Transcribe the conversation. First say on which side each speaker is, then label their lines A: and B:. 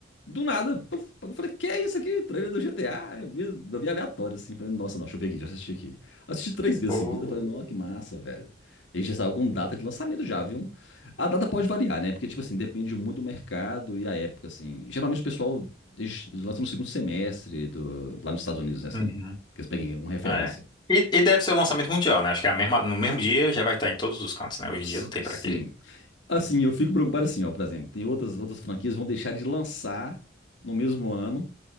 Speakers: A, on the left; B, on the left.
A: Do nada, puf, eu falei, que é isso aqui? Trailer do GTA. Eu vi, eu vi aleatório, assim. Falei, nossa, não, deixa eu ver aqui, já assisti aqui. Assisti três vezes
B: Oh.
A: seguida, falei, nossa, que massa, velho. E já saiu com data de lançamento já, viu? A data pode variar, né? Porque, tipo assim, depende muito do mercado e a época, assim. Geralmente o pessoal eles lançam no segundo semestre do, lá nos Estados Unidos, né, assim.
B: Uhum,
A: Que eles peguem uma referência.
B: é. E, e deve ser o lançamento mundial, né? Acho que é a mesma, no mesmo dia já vai estar em todos os cantos, né? Hoje
A: S-
B: em dia não tem
A: Sim.
B: pra quê.
A: Assim, eu fico preocupado assim, ó, por exemplo, tem outras, outras franquias que vão deixar de lançar no mesmo ano.